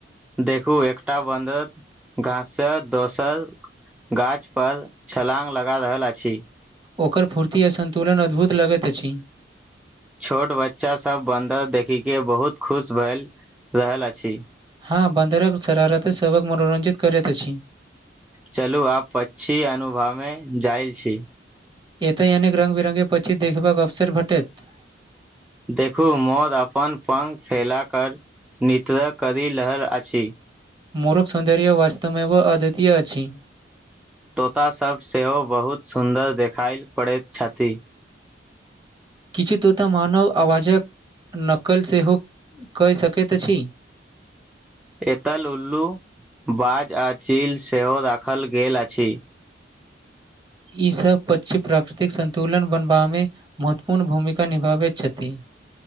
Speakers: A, in the centre; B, on the right.
A: देखू एकटा बन्दर घाससँ दोसर गाछ पर छलाङ्ग लगा रहल अछि
B: ओकर फुर्ति आ सन्तुलन अद्भुत लगैत अछी
A: छोट बच्चासभ बन्दर देखिक के बहुत खुश भए रहल अछि
B: हँ बन्दरक सरारत सक मनोरञजित करैत छी
A: चलू आब पक्षी अनुभव में जायल छी
B: एतय अनेक रंग बिरंगे पंछी देखबाक अवसर भटेैत
A: देखू मोर अपन पङ्ख फैलाक निित्र करि रहल अछि
B: मुरुख सौन्दर्य वास्तव अद्वितय अछि
A: तोतासभ सेहो बहुत सुन्दर देखएल पड़ैत छथि
B: किछु तोताऽ मानव आवाजक नकल सेहो कऽ सकैत अछि
A: एतै लल्लू बाज आ चील से हो राखल गेल अछी
B: ई सब पचम प्राकृतिक संतुलन बनबा में महत्वपूर्ण भूमिका निभाबै छथि